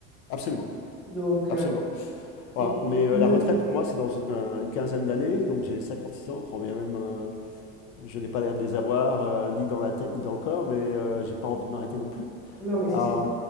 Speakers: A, on the left; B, in the centre.
A: Absolument,
B: Donc,
A: absolument.
B: euh,
A: Voilà.
B: et
A: Mais euh,
B: le-
A: la retraite, pour moi, c'est dans une, euh, une quinzaine d'années, donc j'ai 56 ans, quand bien même euh, je n'ai pas l'air de les avoir, euh, ni dans la tête, ni dans le corps, mais euh, j'ai pas envie de m'arrêter non plus.
B: non, mais c'est
A: Euh,
B: sûr,